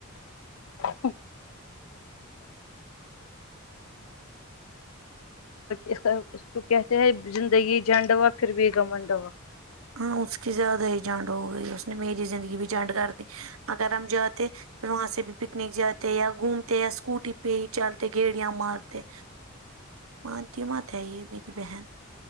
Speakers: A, on the left; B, on the right.
A: ہ اس طرف اس کو کہتے ہیں زندگی جانڈ ہوا پھر بھی گمنڈا وا
B: ہاں اس کی زیادہ ہی جانڈ ہو گئی اس نے میری زندگی بھی جانڈ کر دی اگر ہم جاتے پھر وہاں سے بھی پکنک جاتے یا گھومتے یا اسکوٹی پہ ہی چلتے گیڑیاں مارتے مانتی مت ہے یہ میری بہن